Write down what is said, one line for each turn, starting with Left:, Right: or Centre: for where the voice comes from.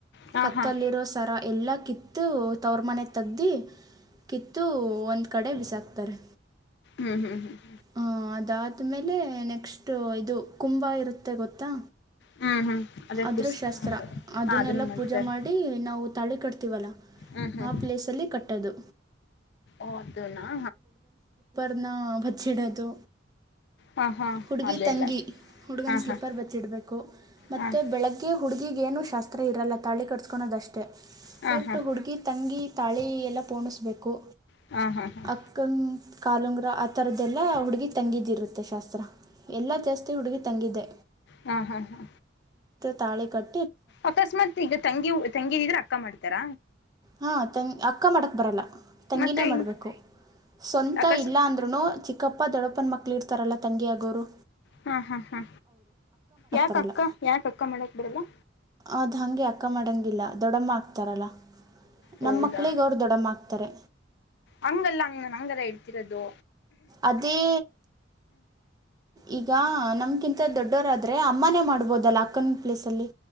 Left: ಹಾಂ
Right: ಕತ್ತಲ್ಲಿರೋ
Left: ಹಾಂ
Right: ಸರ ಎಲ್ಲಾ ಕಿತ್ತು ತವರ್ ಮನೆ. ತಗ್ದಿ ಕಿತ್ತು ಒಂದು ಕಡೆ ಬಿಸಾಕ್ತಾರೆ.
Left: ಹ್ಮ್ ಹ್ಮ್ ಹ್ಮ್.
Right: ಹಾ ಅದಾದ್ಮೇಲೆ ನೆಕ್ಸ್ಟ್ ಇದು ಕುಂಭ ಇರುತ್ತೆ ಗೊತ್ತಾ.
Left: ಹ್ಮ್ ಹ್ಮ್ ಅದೇಖಸ್
Right: ಅದರ ಶಾಸ್ತ್ರ
Left: ಹೌದ ಹ
Right: ಅದನ್ನೆಲ್ಲ
Left: ಅದನ್ನು ಮಾಡ್ತಾರೆ.
Right: ಪೂಜೆ ಮಾಡಿ ನಾವು ತಾಳಿ ಕಟ್ತೀವಲ್ಲ
Left: ಹ್ಞೂ ಹ್ಞೂ
Right: ಆ ಪ್ಲೇಸಲ್ಲಿ ಕಟ್ಟೋದು.
Left: <inaudible> ದುನಾ.
Right: ನ್ನ ಬಚ್ಚಿಡೋದು.
Left: ಹಾಂ ಹಾಂ
Right: ಹುಡ್ಗಿ
Left: ಅದೆಲ್ಲ
Right: ತಂಗಿ ಹುಡ್ಗನ್
Left: ಹಾಂ
Right: ಸ್ಲಿಪರ್
Left: ಹಾಂ
Right: ಬಚ್ಚಿಡ್ಬೇಕು. ಮತ್ತೆ
Left: ಹಾಂ
Right: ಬೆಳಗ್ಗೆ ಹುಡುಗಿಗ ಏನು ಶಾಸ್ತ್ರ ಇರಲ್ಲ ತಾಳಿ ಕಟ್ಸ್ಕೊಳೋದಷ್ಟೇ.
Left: ಹಾಂ
Right: ಬಟ್
Left: ಹಾಂ
Right: ಹುಡುಗಿ ತಂಗಿ ತಾಳಿ ಎಲ್ಲ ಪೋಣಿಸ್ಬೇಕು.
Left: ಹಾಂ ಹಾಂ ಹಾಂ
Right: ಅಕ್ಕನ್ ಕಾಲುಂಗ್ರ ಆ ತರದ್ದೆಲ್ಲಾ ಹುಡುಗಿ ತಂಗಿದಿರುತ್ತೆ ಶಾಸ್ತ್ರ. ಎಲ್ಲಾ ಜಾಸ್ತಿ ಹುಡುಗಿ ತಂಗಿದ್ದೆ.
Left: ಹಾ ಹಾ ಹಾ
Right: ತಾಳೆ ಕಟ್ಟ
Left: ಅಕಸ್ಮಾತ್ ಈಗ ತಂಗಿ ತಂಗಿ ಇದ್ರೆ ಅಕ್ಕ ಮಾಡ್ತಾರ.
Right: ಹಾ ತನ್ ಅಕ್ಕ ಮಾಡಕ್ ಬರಲ್ಲ. ತಂಗಿನೇ
Left: ಮತ್ತೆ ಹೆಂಗ್
Right: ಮಾಡ್ಬೇಕು ಸ್ವಂತ
Left: ಅಕಸ್ಮ
Right: ಇಲ್ಲ ಅಂದ್ರೂನು ಚಿ. ಈಗಪ್ಪ ದಡಪ್ಪನ ಮಕ್ಕಳು ಇರ್ತಾರಲ್ಲ ತಂಗಿಯಾಗೋರು.
Left: ಹಾ ಹಾ ಹಾ ಯಾಕ
Right: ಬರಲ್ಲ
Left: ಅಕ್ಕ ಯಾಕಕ್ಕ ಮಾಡಕ್ ಬಿಡಲ್ಲ.
Right: ಅದು ಹಂಗೆ ಅಕ್ಕ ಮಾಡಂಗಿಲ್ಲ ದೊಡ್ಡಮ್ಮ ಆಗ್ತಾರಲ್ಲ.
Left: ಹೌದಾ
Right: ನಮ್ಮ ಮಕ್ಳಿಗೆ ಅವ್ರು ದೊಡ್ಡಮ್ಮ ಆಗ್ತಾರೆ
Left: ಹಂಗಲ್ಲ ಹಂಗ ನನ್ ಹಂಗಾರ ಇಡ್ತಿರೋದು.
Right: ಅದೇ ಈಗ ನಮ್ಕಿಂತ ದೊಡ್ಡೋರಾದ್ರೆ ಅಮ್ಮಾನೇ ಮಾಡ್ಬೋದಲ್ಲ ಅಕ್ಕನ ಪ್ಲೇಸ್ ಅಲ್ಲಿ.